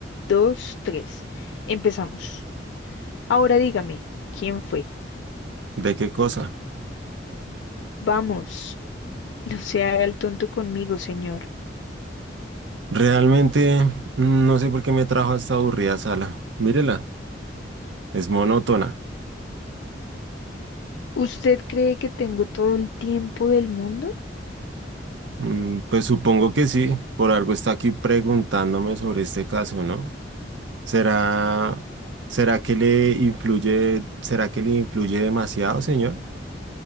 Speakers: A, on the left; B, on the right.
A: dos, tres. Empezamos. Ahora dígame, ¿quién fue?
B: ¿de qué cosa?
A: Vamos. No se haga el tonto conmigo, señor.
B: Realmente mm, no sé por qué me trajo a esta aburrida sala. Mírela, es monótona.
A: ¿Usted cree que tengo todo el tiempo del mundo?
B: Mm, Pues supongo que sí, por algo está aquí preguntándome sobre este caso, ¿no? ¿Será, será que le influye, será que le influye demasiado, señor?